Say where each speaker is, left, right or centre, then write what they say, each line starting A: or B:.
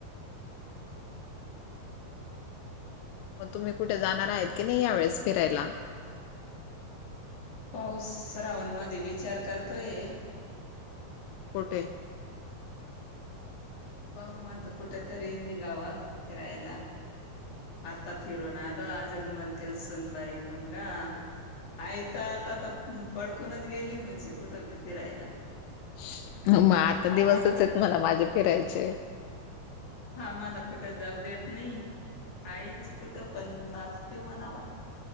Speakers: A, on the left (about 80°); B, on the left (about 55°).
A: मग तुम्ही कुठे जाणार आहेत की, नाही यावेेळेस फिरायला?
B: पाऊस, श्रावणमध्ये विचार करतोय?
A: कोठे?
B: पाहु म्हणतो, कुठ तरी निघावं फिरायला? आता फिरुन आलो‌, अजून म्हणतील सुनबाई मुलगा- आई तर आता तर पडकूनच गेली, म्हणशी कुठंबी फिरायला.
A: <inaudible> मग आता
B: हा
A: दिवसच
B: मला
A: आहेत म्हणा, माझे फिरायचे.
B: आम्हाला कुठे जाऊ देत नाही. आईच कुठं पण नाचते म्हणावं.